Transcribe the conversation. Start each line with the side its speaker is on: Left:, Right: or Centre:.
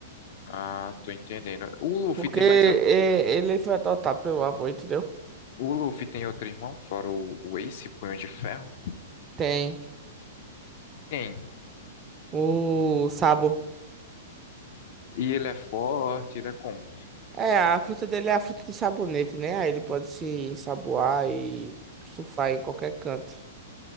Left: Ah, tô entendendo. O Luffy
Right: Porque
Left: tem
Right: é,
Left: mais.
Right: ele foi adotado pelo avô, entendeu?
Left: O Luffy tem outro irmão, fora o, o Ace, Punho de Ferro?
Right: Tem
Left: Quem?
Right: o Sabo.
Left: E ele é forte, ele é como?
Right: É, a fruta dele é a fruta do sabonete, né? Aí ele pode se saboar e surfar em qualquer canto